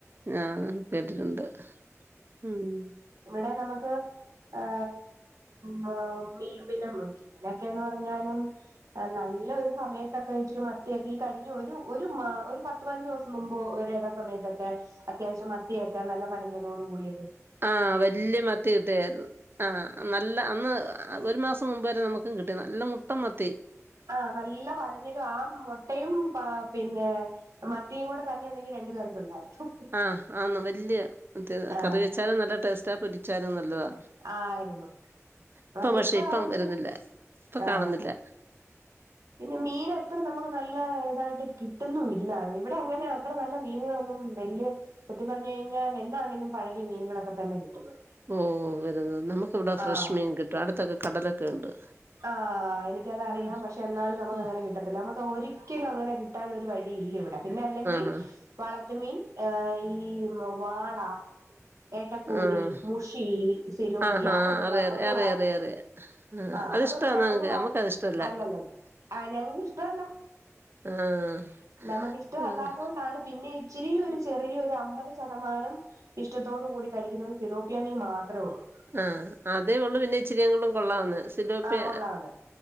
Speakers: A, on the right; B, on the right.
A: ആഹ് കേട്ടിട്ടുണ്ട് ഉം
B: ഇവടെ നമ്മക്ക് ഹേ മ മീ പിന്നെ മീനൊക്കെങ്ങ് പ റഞ്ഞാലും നല്ല ഒരു സമയത്തൊക്കെ ഇച്ചിരി മത്തിയക്കെ ഈ കഴിഞ്ഞ ഒരു ഒരു മാ ഒരു പ ത്തുപതിനഞ്ച് ദിവസം മുമ്പ് ഒരിട സമയത്തൊക്കെ അത്യാവശ്യം മത്തിയൊക്കെ നല്ല പനഞ്ഞളോട് കൂടി
A: ആഹ് വല്യ മത്തി കിട്ടായിരുന്നു ആഹ് നല്ല അന്ന് ആഹ് ഒരു മാസം മുമ്പ് വരെ നമുക്കും കിട്ടി നല്ല മുട്ട മത്തി.
B: ആഹ് നല്ല പലഞ്ഞിലും ആഹ് മൊ ട്ടയും പ്പ പിന്നെ മത്തിയും കൂടെ തന്നെ ഉണ്ടെങ്കിൽ രണ്ടു പേർക്കെ ഉണ്ടായിരുന്നു.
A: ആഹ് ആന്ന് വല്യേ
B: ആഹ്
A: കറി വെച്ചാലും നല്ല ടേസ്റ്റാ പൊരിച്ചാലും നല്ലതാ.
B: ആയിരുന്നു
A: ഇപ്പൊ
B: അതിപ്പോ
A: പക്ഷെ ഇപ്പം
B: ആ ഒരിത്
A: വരുന്നില്ല ഇപ്പൊ
B: ആ
A: കാണുന്നില്ല.
B: പിന്നെ മീൻ അത്ര നമുക്ക് നല്ല ഇതായിട്ട് കിട്ടുന്നുല്ല ഇവിടെ അങ്ങനെ അത്ര നല്ല മീനുകളൊന്നും വെല്യേ സത്യം പറഞ്ഞ് കഴിഞ്ഞാ എന്നാണെങ്കിലും പഴകിയ മീനുകളൊക്കെ തന്നെ കിട്ടുന്നത്.
A: ഓഹ് വരുന്നത് നമുക്ക് ഇവടെ ഫ്രഷ്
B: ആഹ്
A: മീൻ കിട്ടും അടുത്തൊക്കെ കടലൊക്കെ ഉണ്ട്.
B: ആഹ് എനിക്കത അറിയാം
A: ഉം
B: പക്ഷെ എന്നാലും നമുക്ക്
A: ഉം
B: അങ്ങനെ കിട്ടത്തില്ല. നമക്ക് ഒരിക്കലും അങ്ങനെ കി ട്ടാനും ഒരു വഴിയില്ല ഇവിടെ പിന്നെ അല്ലെങ്കി
A: ആഹ്
B: വളത്ത മീൻ ഏഹ് ഈ മൊ വാള, ഏട്ടക്കൂരി,
A: ആഹ്
B: മുഷി, സെലോപ്പി
A: ആഹാ
B: അതൊന്നും
A: അറിയ
B: നമുക്ക്
A: അറിയ അറിയ
B: വായി
A: അറിയ അറിയ
B: ആഹ്
A: അതിഷ്ടാണ്
B: അതൊന്നും നമുക്ക് വായി
A: നമ്മുക്കത് ഇഷ്ടല്ല
B: അല്ലല്ല ആഹ് ഞങ്ങൾക്ക് ഇഷ്ടല്ല.
A: ആഹ്
B: നമക്ക് ഇഷ്ട
A: ആഹ്
B: അല്ലാത്ത കൊണ്ടാണ് പിന്നെ ഇച്ചിരി ഒരു ചെറിയ ഒരു അമ്പത് ശതമാനം ഇഷ്ടത്തോടു കൂടി കഴിക്കുന്നത് സിലോപ്പിയ മീൻ മാത്രേ ഉള്ളൂ.
A: ആഹ് അതേ ഉള്ളു പിന്നെ ഇച്ചിരിങ്ങളും കൊള്ളാവുന്ന സിലോപ്പ്യ.
B: ആഹ് കൊള്ളാവുന്നെ